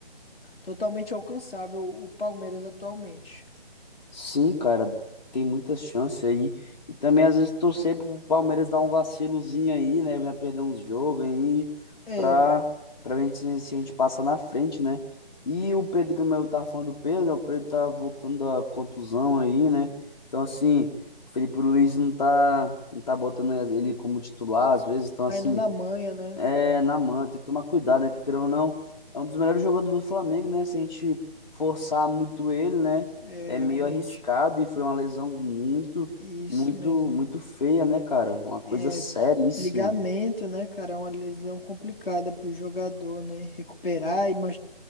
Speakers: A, on the left; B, on the left.
A: totalmente alcançável o Palmeiras atualmente.
B: Sim, cara. Tem muitas chances aí. E também, às vezes, torcer pro Palmeiras dar um vacilozinho aí, né? Venha perder uns jogos aí
A: É,
B: pra, pra ver se, se a gente passa na frente, né? E o Pedro, como eu tava falando do Pedro, né? O Pedro tá voltando da contusão aí, né? Então, assim, o Felipe Luiz não tá, não tá botando ele como titular, às vezes. Então,
A: tá
B: assim.
A: indo na manha, né?
B: É, na mão, tem que tomar cuidado, né? Que querendo ou não, é um dos melhores jogadores do Flamengo, né? Se a gente forçar muito ele, né?
A: É,
B: É
A: realmente.
B: meio arriscado e foi uma lesão muito,
A: Isso
B: muito,
A: mesmo.
B: muito feia, né, cara? Uma coisa
A: É
B: seríssima.
A: ligamento, né, cara? É uma lesão complicada pro jogador, né? Recuperar e, mas...